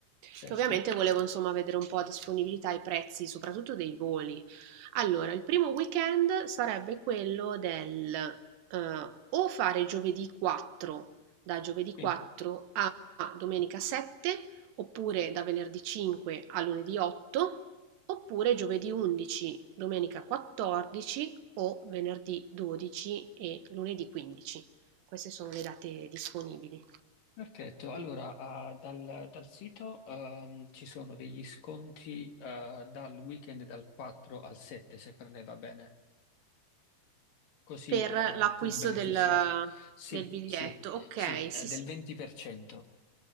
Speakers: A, on the left; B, on the right.
A: certo.
B: che ovviamente volevo insomma vedere un po' a disponibilità e i prezzi, soprattutto dei voli. Allora, il primo weekend sarebbe quello del eh, o fare giovedì 4, da giovedì 4
A: Sì,
B: a domenica 7 oppure da venerdì 5 a lunedì 8, oppure giovedì 11, domenica 14 o venerdì 12 e lunedì 15. Queste sono le date disponibili
A: perfetto. Allora,
B: Di-
A: eh, dal, dal sito ehm, ci sono degli sconti eh, dal weekend dal 4 al 7, se per lei va bene. Così
B: per
A: eh,
B: l'acquisto
A: può beneficiare.
B: del,
A: Sì,
B: del biglietto.
A: sì,
B: Ok,
A: sì, eh,
B: sì,
A: del
B: sì.
A: 20%,